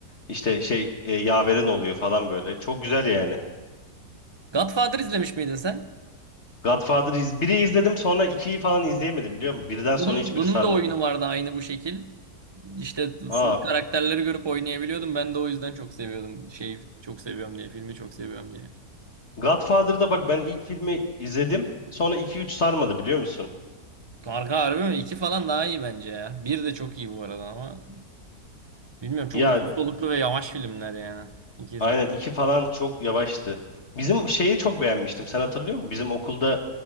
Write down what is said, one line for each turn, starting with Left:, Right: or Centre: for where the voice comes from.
Left: İşte şey e, yaveren oluyor falan böyle. Çok güzel yani.
Right: Godfather izlemiş miydin sen?
Left: Godfather iz biri izledim sonra ikiyi falan izleyemedim biliyor musun? Birden
Right: Bunun,
Left: sonra hiçbiri
Right: bunun
Left: sarmadı.
Right: da oyunu vardı aynı bu şekil. İşte full
Left: Aa,
Right: karakterleri görüp oynayabiliyordum. Ben de o yüzden çok seviyordum. Şeyi çok seviyorum diye, filmi çok seviyorum diye.
Left: Godfather'da bak ben ilk filmi izledim. Sonra iki üç sarmadı biliyor musun?
Right: Karga Harbi mi? İki falan daha iyi bence ya. Bir de çok iyi bu arada ama bilmiyorum çok
Left: Ya
Right: uzun soluklu ve yavaş filmler yani. İkisi
Left: Aynen
Right: de
Left: iki falan çok yavaştı. Bizim şeyi çok beğenmiştim. Sen hatırlıyor musun? Bizim okulda